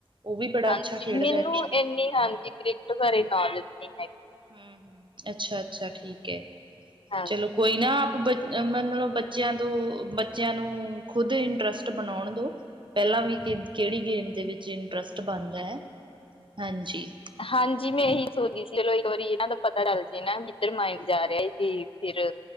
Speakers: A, on the right (about 55°); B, on the left (about 65°).
A: ਉਹ ਵੀ ਬੜਾ
B: ਹਾਂਜੀ
A: ਅੱਛਾ ਖੇਡਦਾ
B: ਮੈਨੂੰ
A: ਹੈ।
B: ਇੰਨੀ ਹਾਂਜੀ ਕ੍ਰਿਕੇਟ ਬਾਰੇ ਨੌਲੇਜ ਨਹੀਂ ਹੈਗੀ
A: ਹਮ, ਹਮ ਅੱਛਾ- ਅੱਛਾ ਠੀਕ ਹੈ
B: ਹਾਂਜੀ।
A: ਚਲੋ ਕੋਈ ਨਾ ਆਪ ਬ ਮਤਲਬ ਬੱਚਿਆਂ ਤੋਂ ਬੱਚਿਆਂ ਨੂੰ ਖੁਦ ਇੰਟਰਸਟ ਬਣਾਉਣ ਦੋ ਪਹਿਲਾਂ ਵੀ ਕਿ ਕਿਹੜੀ ਗੇਮ ਦੇ ਵਿੱਚ ਇੰਟਰਸਟ ਬਣਦਾ ਹੈ, ਹਾਂਜੀ
B: ਹਾਂਜੀ ਮੈਂ ਇਹੀ ਸੋਚਦੀ ਸੀ ਚਲੋ ਇੱਕ ਵਾਰੀ ਇਹਨਾਂ ਦਾ ਪਤਾ ਲਗ ਜਾਏ ਨਾ ਕਿੱਧਰ ਮਾਇੰਡ ਜਾ ਰਿਹਾ ਸੀ ਤੇ ਫਿਰ